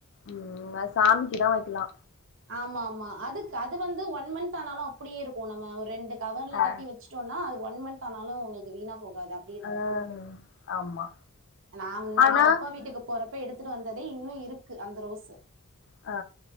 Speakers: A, on the left (about 55°); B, on the right (about 60°).
A: ம் அது சாமிக்குதா வைக்லா
B: ஆமா ஆமா அதுக் அது வந்து ஒன் மன்த் ஆனாலு அப்டியேருக் நம்ம ஒ ரெண்டு கவர்ல
A: ஆ
B: கட்டி வச்ட்டோனா அது ஒன் மன்த் ஆனாலு உங்ளுக்கு வீணா போகாது அப்
A: அ ஆமா
B: நா முன்னடி
A: ஆனா
B: அப்பா வீட்டுக்கு போறப்ப எடுத்துட்டு வந்ததே இன்னு இருக்கு அந்த ரோஸு
A: அ